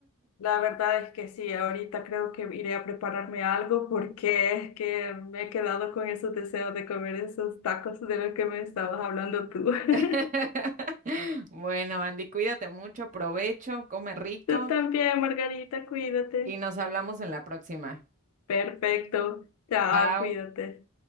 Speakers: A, on the left; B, on the right.
A: La verdad es que sí, ahorita creo que iré a prepararme algo porque es que me he quedado con esos deseos de comer esos tacos de los que me estabas hablando tú. <laughs>
B: <laughs> Bueno, Andy, cuídate mucho, provecho, come rico
A: Tú también, Margarita, cuídate.
B: y nos hablamos en la próxima.
A: Perfecto. Chao,
B: Pau.
A: cuídate.